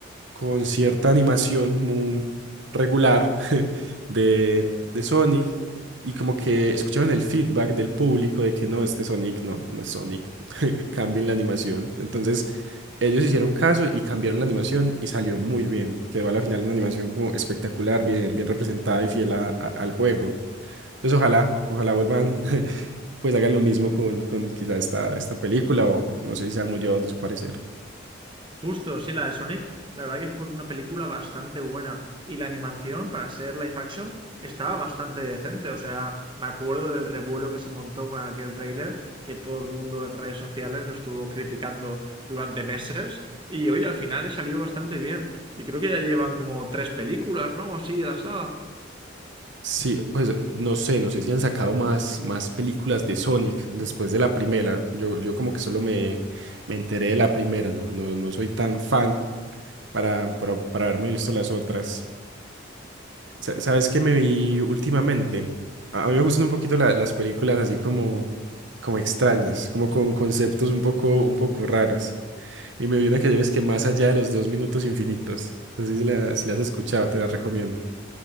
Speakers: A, on the right (about 70°); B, on the right (about 25°).
A: con cierta animación muy regular <laughs> de, de Sonic y como que escucharon el feedback del público de que no, este Sonic no, no es Sonic cambien la animación. Entonces, ellos hicieron caso y cambiaron la animación y salió muy bien. Quedó a la final una animación como espectacular, bien, bien representada y fiel a- a- al juego. Entonces, ojalá, ojalá vuelvan, <laughs> pues hagan lo mismo con, con quizá esta, esta película o no sé si sean muy llevados de su parecer.
B: Justo, sí, la de Sonic, la verdad que fue una película bastante buena y la animación para ser live action estaba bastante decente, o sea, me acuerdo del revuelo que se montó con aquel tráiler que todo el mundo en redes sociales lo estuvo criticando durante meses y hoy al final le salió bastante bien y creo que ya llevan como tres películas, ¿no? O así de la saga.
A: Sí, pues no sé, no sé si han sacado más, más películas de Sonic después de la primera. Yo, yo como que solo me, me enteré de la primera, no, no, no soy tan fan para, para, para haberme visto las otras. Sa- ¿Sabes qué me vi últimamente? A a mí me gustan un poquito la- las películas así como, como extrañas, como con conceptos un poco, un poco raros. Y me vi una que lleves que más allá de los dos minutos infinitos. No sé si la, si la has escuchado, te la recomiendo.